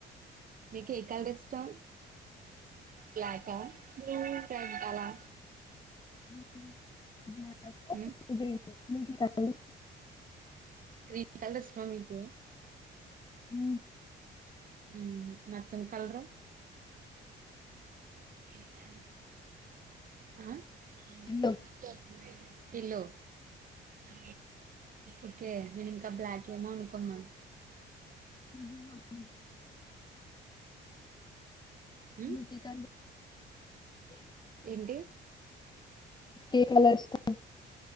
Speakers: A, on the right (about 45°); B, on the left (about 20°).
A: మీకు ఏ కలర్ ఇష్టం బ్లాకా బ్లూ <unintelligible> అలా
B: <inaudible>
A: మ్
B: ఇది నీకు కలర్
A: గ్రీన్ కలర్స్ లో మీ <unintelligible>
B: ఊ
A: ఉమ్ హు నచ్చన్ కల్రూ <inaudible> ఆ <unintelligible>
B: ఇల్లు
A: ఎల్లో ఉ ఓకే నేను ఇంకా బ్లాక్ ఏమో అనుకున్నా
B: <unintelligible> బ్లూ
A: ఉమ్,
B: టీకా <inaudible>
A: ఏంటి
B: ఏ కలర్ ఇష్టం